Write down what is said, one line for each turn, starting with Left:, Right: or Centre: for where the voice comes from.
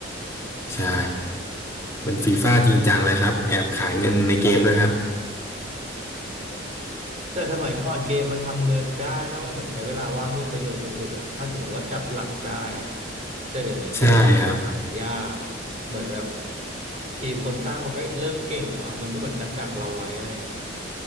Right: โอเค <laughs>
Left: ใช่เป็นฟีฟ่าจริงจังเลยครับแอบขายเงินในเกมด้วยครับ
Right: แต่สมัยก่อนเกมมันทำเงินได้นะมันเหมือนใช้เวลาว่างให้เป็นประโยชน์สุดๆอะถ้าสมมติว่าจับหลักได้อะแต่เดี๋ยวนี้เกมขายยากอะเหมือนแบบ
Left: ใช่ครับ
Right: ทีมคนสร้างมันก็เริ่มเก่งแล้วอะมันก็เหมือนดักๆเราไว้อะไรอย่างเงี้ย